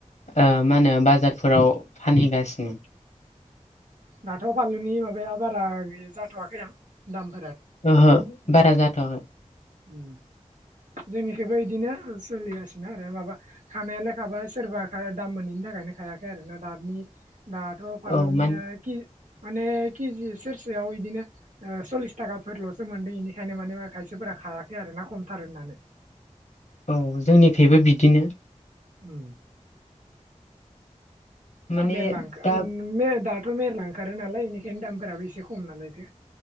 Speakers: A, on the right; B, on the left.
A: उम
B: ओ मा होनो बाजार फोराव फानहैगासिनो
A: दाथ फानलुनि माबाया बारा गै जाथवाखैदां दाम
B: ओहो बारा जाथ'वाखै।
A: उम। जोंनिखैबो इदिनो सोलिगासिनो आरो माबा खानायालाय खाबाय सोरबा खा दाम मोनैनि थाखाय थाखायनो खायाखै आरो ना दानि दाथ' फानलुनियाखि
B: औ मान
A: माने केजि सेरसेयाव इदिनो ओ सल्लिस थाखाफोरलसो मोनदों एनिखायनो माने खायसेफोरा खायाखै आरोना खमथार होननानै।
B: औ जोंनिखैबो बिदिनो।
A: उम। दा
B: माने
A: मेरला ओंखा
B: दा
A: ओ दाथ' मेरला ओंखारो नालाय बेनिखायनो दामफोराबो एसे खम नालायथो।